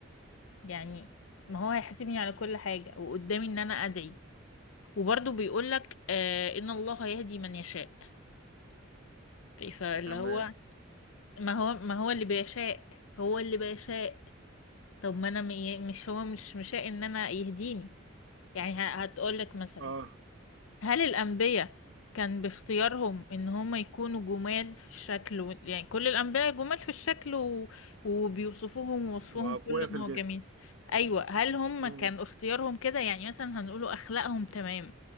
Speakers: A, on the left; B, on the right.
A: يعني ما هو هيحاسبني على كل حاجة وقدامي ان انا ادعي وبرضه بيقولك آه ان الله يهدي من يشاء فاللي
B: تمام
A: هو ما هو ما هو اللي بيشاء هو اللي بيشاء طب ما انا م- مش هو مش مشاء ان انا يهديني يعني هتقول لك مثلا
B: اه
A: هل الأنبياء كان باختيارهم إن هم يكونوا جمال في الشكل و... يعني كل الأنبياء جمال في الشكل و... وبيوصفوهم ووصفهم
B: واقوياء
A: كله
B: في
A: إن
B: الجسم
A: هو جميل أيوة هل هم
B: مم.
A: كان اختيارهم كده يعني مثلا هنقوله أخلاقهم تمام